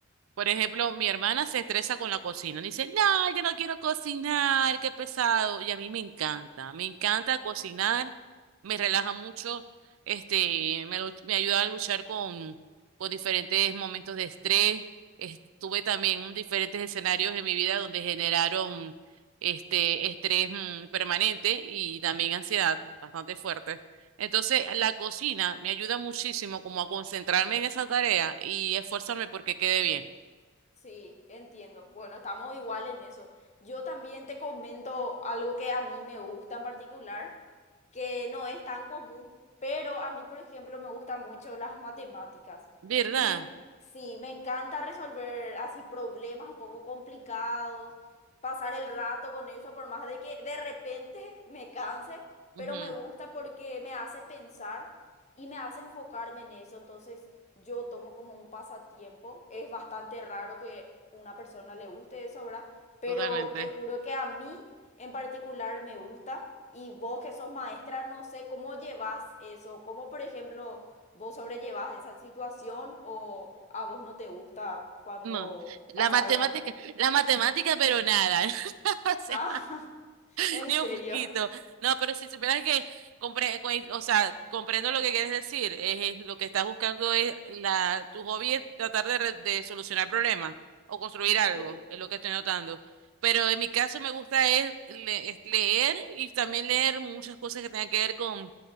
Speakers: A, on the right (about 80°); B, on the left (about 35°).
A: Por ejemplo, mi hermana se estresa con la cocina. Dice, no, yo no quiero cocinar, qué pesado. Y a mí me encanta, me encanta cocinar, me relaja mucho, este, me, lu- me ayuda a luchar con, con diferentes momentos de estrés. Estuve también en diferentes escenarios de mi vida donde generaron este estrés mm, permanente y también ansiedad bastante fuerte. Entonces, la cocina me ayuda muchísimo como a concentrarme en esa tarea y esforzarme porque quede bien.
B: Sí, entiendo. Bueno, estamos igual en eso. Yo también te comento algo que a mí me gusta en particular, que no es tan común, pero a mí, por ejemplo, me gustan mucho las matemáticas.
A: ¿Verdad?
B: Y me, en- sí, me encanta resolver así problemas un poco complicados, pasar el rato con eso, por más de que de repente <laughs> me canse,
A: Ujú,
B: pero me gusta porque me hace pensar y me hace enfocarme en eso, entonces yo tomo como un pasatiempo. Es bastante raro que una persona le guste eso, ¿verdad? Pero
A: totalmente.
B: te juro que a mí en particular me gusta y vos que sos maestra, no sé cómo llevas eso, cómo por ejemplo vos sobrellevas esa situación o a vos no te gusta cuando
A: No, la
B: pasas
A: matemática,
B: el rato.
A: la matemática, pero nada. <laughs> O sea,
B: Ah, <laughs>
A: <laughs>
B: en
A: Ni
B: serio.
A: un poquito. No, pero si supieras que compre, co- o sea, comprendo lo que quieres decir. Es, es lo que estás buscando es la, tu hobby es tratar de, re- de solucionar problemas o construir algo,
B: Sí.
A: es lo que estoy notando. Pero en mi caso me gusta es, le- es leer y también leer muchas cosas que tengan que ver con,